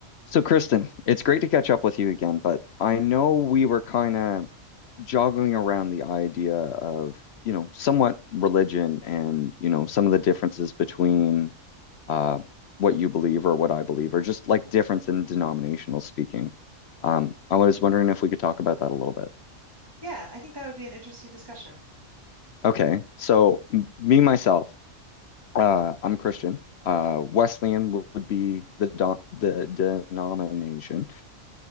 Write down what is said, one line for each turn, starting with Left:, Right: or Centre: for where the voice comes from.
Left: So, Kristen, it's great to catch up with you again, but I know we were kind of joggling around the idea of, you know, somewhat religion and, you know, some of the differences between uh, what you believe or what I believe, or just like difference in denominational speaking. Um, I was wondering if we could talk about that a little bit.
Right: Yeah, I think that would be an interesting discussion.
Left: Okay, so m- me myself, uh, I'm Christian. Uh, Wesleyan w- would be the do the denomination,